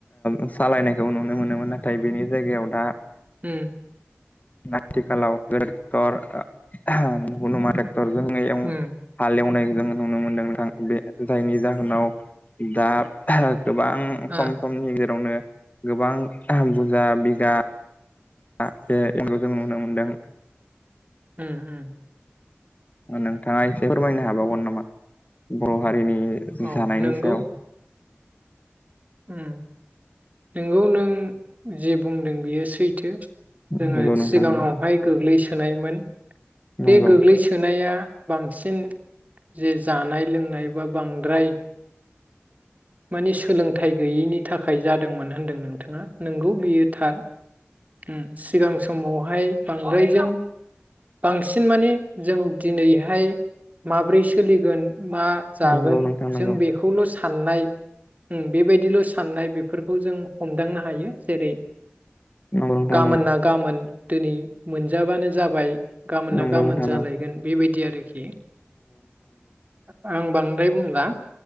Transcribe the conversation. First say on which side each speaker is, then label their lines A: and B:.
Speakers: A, on the left (about 35°); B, on the right (about 35°).
A: ओ सालायनायखौ नुनो मोनो नाथाय बेनि जायगायाव दा
B: उम
A: आथिखालाव <unintelligible> टेक्टरजों एल
B: उम
A: हाल एवनाय जोङो नुनो मोनदों नोंथां बे जायनि जाहोनाव दा गोबां
B: ओ
A: खम समनि गेजेरावनो गोबां बुजा बिगा दा <unintelligible> एनखौ जों नुनो मोनदों।
B: उम-उम
A: नोंथाङा एसे फोरमायनो हाबावगोन नामा बर' हारि जैनि
B: औ
A: जानायनि
B: नोंगौ
A: सायाव
B: उम नोंगौ नों जेबुंदों बेयो सैथो जोङो
A: नंगौ नोंथां
B: सिगांआवहाय
A: नंगौ
B: गोग्लैसोनायमोन
A: नंगौ
B: बे गोग्लैसोनाया बांसिन जे जानाय लोंनाय बा बांद्राय माने सोलोंथाइ गैयिनि थाखाय जादोंमोन होनदों नोंथाङा नंगौ बियो थार। उम सिगां समावहाय बांद्रायजों बांसिन माने जों दिनैहाय माब्रै सोलिगोन मा जागोन
A: नंगौ नोंथां नंगौ
B: जों बेखौल' साननाय उम बेबायदिल' साननाय बेफोरखौ जों हम दांनो हायो जेरै
A: नंगौ नोंथां
B: गामोन ना गामोन दिनै मोनजाबानो जाबाय गाबोन
A: नंगौ
B: ना गाबोन
A: नंगौ नोंथां
B: जालायगोन
A: नंगौ
B: बेबायदि आरोखि आं बांद्राय बुंला